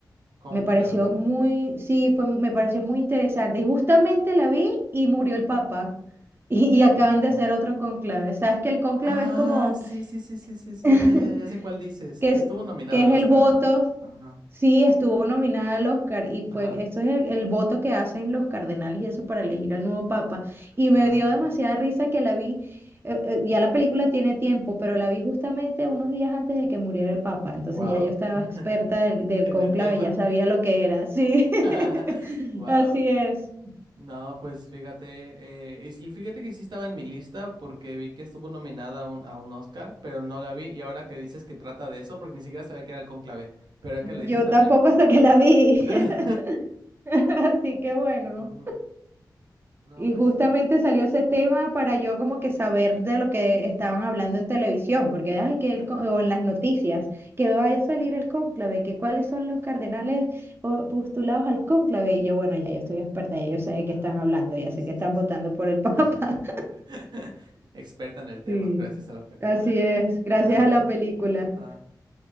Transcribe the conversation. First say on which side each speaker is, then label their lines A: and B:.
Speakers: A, on the right; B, on the right.
A: cónclave.
B: Me pareció muy, sí, fue, me pareció muy interesante. Y justamente la vi y murió el Papa. <laughs> Y, y acaban
A: Oh.
B: de hacer otro cónclave. Sabes que el cónclave
A: Ah,
B: es como
A: sí, sí, sí, sí, sí, sí,
B: <laughs>
A: ya, ya, ya sé cuál dices.
B: que es,
A: Estuvo nominada
B: que
A: al
B: es
A: Oscar,
B: el voto,
A: ¿no? Ajá,
B: sí estuvo nominada al Oscar y fue,
A: ajá.
B: esto es el, el voto que hacen los cardenales y eso para elegir al nuevo papa. Y me
A: Ah,
B: dio demasiada risa que la vi, eh, eh, ya la película tiene tiempo, pero la vi justamente unos días antes de que muriera el papa. Entonces
A: Wow.
B: ya yo estaba
A: <laughs>
B: experta del, del
A: En
B: cónclave,
A: el tema.
B: ya sabía lo que era, sí.
A: <laughs>
B: <laughs>
A: Wow.
B: Así es.
A: No, pues fíjate, eh, y sí, fíjate que sí estaba en mi lista porque vi que estuvo nominada a un, a un Oscar, pero no la vi. Y ahora que dices que trata de eso, porque ni siquiera sabía que era el conclave, pero es
B: Yo
A: que le dices también,
B: tampoco hasta
A: ajá.
B: que la vi.
A: <laughs>
B: <laughs> Así que bueno.
A: Ujú. No,
B: Y
A: pues
B: justamente
A: sí,
B: salió ese tema para yo como que saber de lo que estaban hablando en televisión, porque ay, que el,
A: ajá,
B: co- o en las noticias, que va a salir el cónclave, que cuáles son los cardenales o- postulados al cónclave. Y yo, bueno, ya yo estoy experta, ya yo sé de qué
A: ajá,
B: están hablando,
A: ok,
B: ya sé
A: sí,
B: que están
A: sí,
B: votando
A: sí.
B: por el <laughs> Papa.
A: <laughs> Experta en el tema,
B: Sí,
A: gracias a la película.
B: así es, gracias
A: Ajá,
B: a la película.
A: ajá.